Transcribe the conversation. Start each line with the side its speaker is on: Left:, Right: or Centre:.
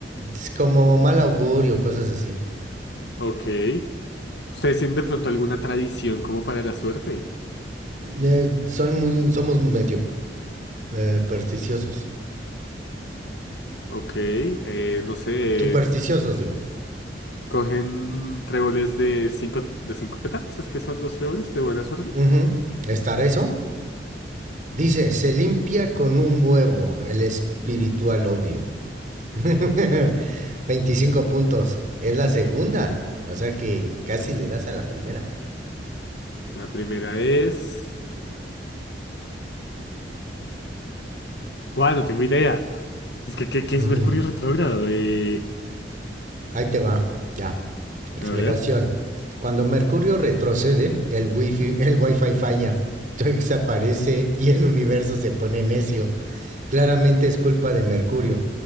Right: Es como mal augurio, cosas así.
Left: ok. ¿Ustedes tienen de pronto alguna tradición como para la suerte?
Right: Eh, son muy, somos medio eh, supersticiosos.
Left: Ok. eh, no sé.
Right: Supersticiosos, digo.
Left: ¿Cogen tréboles de cinco, de cinco pétalos? ¿Es que son los tréboles de buena suerte?
Right: Ujú. ¿Estar eso? Dice, se limpia con un huevo, el espiritual obvio. <laughs> 25 puntos. Es la segunda. O sea que casi le das a la primera.
Left: La primera es. Bueno, tengo idea. Es que, ¿qué, qué
Right: Ujú.
Left: es Mercurio retrógrado? Eh,
Right: Ahí te va. Ya. Explicación.
Left: a ver,
Right: Cuando Mercurio retrocede, el wifi, el wifi falla. Twix aparece y el universo se pone necio. Claramente es culpa de Mercurio.